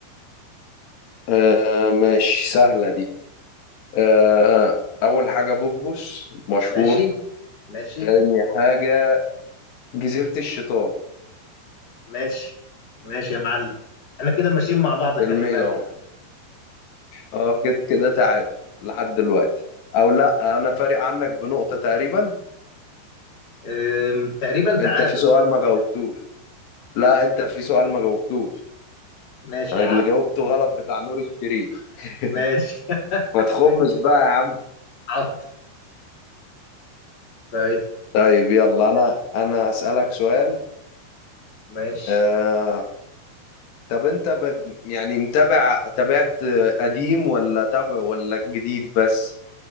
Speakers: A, on the left; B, on the left.
A: آه ماشي سهلة دي آه، أول حاجة بوبوس مشهور
B: ماشي ماشي
A: تاني حاجة جزيرة الشيطان
B: ماشي ماشي يا معلم احنا كده ماشيين مع بعض خلي
A: فيلمين
B: بالك
A: أهو أه كده كده تعادل لحد دلوقتي أو لأ أنا فارق عنك بنقطة تقريبا
B: آم، تقريبا تعادل
A: أنت في سؤال ما جاوبتوش لا
B: يم-
A: أنت في سؤال ما جاوبتوش
B: ماشي
A: اللي
B: يا عم
A: جاوبته غلط بتاع نور الشريف <laughs>
B: ماشي <laughs>
A: ما تخمش
B: ماشي،
A: بقى يا عم
B: حاضر. طيب
A: طيب يلا أنا أنا هسألك سؤال
B: ماشي
A: آه طب أنت ب... يعني متابع تابعت قديم ولا تابع ولا جديد بس